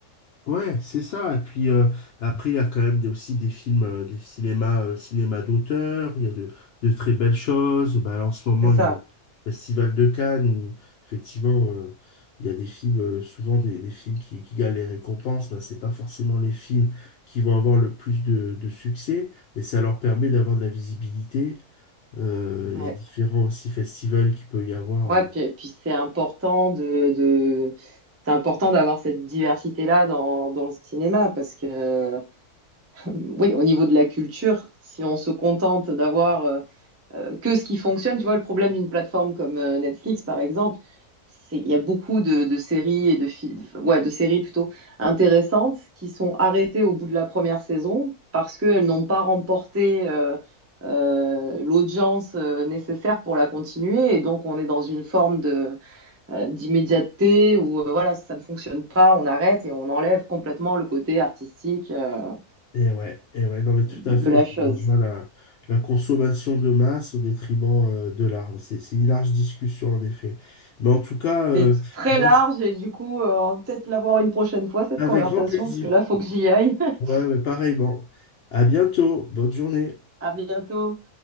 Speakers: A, on the left; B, on the right.
A: Ouais, c'est ça. Et puis euh, après, il y a quand même des- aussi des films, euh, des cinémas, euh, cinéma d'auteur, où il y a de, de très belles choses. Bah, là, en ce moment,
B: C'est
A: il
B: ça.
A: y a le Festival de Cannes où effectivement, euh, il y a des films, euh, souvent des, des films qui, qui gagnent les récompenses. Bah, c'est pas forcément les films qui vont avoir le plus de, de succès, mais ça leur permet d'avoir de la visibilité. Euh,
B: Ouais.
A: et différents aussi festivals qu'il peut y avoir.
B: Ouais,
A: euh,
B: puis, puis c'est important de, de- c'est important d'avoir cette diversité-là dans, dans le cinéma, parce que, <laughs> oui, au niveau de la culture, si on se contente d'avoir euh, euh, que ce qui fonctionne. Tu vois, le problème d'une plateforme comme euh, Netflix, par exemple, c'est il y a beaucoup de, de séries et de, fi- de- enfin, ouais, de séries plutôt intéressantes qui sont arrêtées au bout de la première saison parce qu'elles n'ont pas remporté euh, euh, l'audience euh, nécessaire pour la continuer. Et donc, on est dans une forme de euh, d'immédiateté où, euh, voilà, ça ne fonctionne pas, on arrête et on enlève complètement le côté artistique euh,
A: Et ouais, et ouais, non mais tout
B: de
A: à fait,
B: la
A: ça
B: chose.
A: rejoint la, la consommation de masse au détriment euh, de l'art. Mais C'est c'est une large discussion en effet. Mais en tout cas, euh,
B: C'est très
A: moi,
B: large
A: je-
B: et du coup, euh, on va peut-être l'avoir une prochaine fois, cette
A: avec
B: conversation,
A: grand plaisir.
B: parce que là, faut que j'y aille. <laughs>
A: Ouais, ouais, pareil, bon. À bientôt, bonne journée.
B: À bientôt.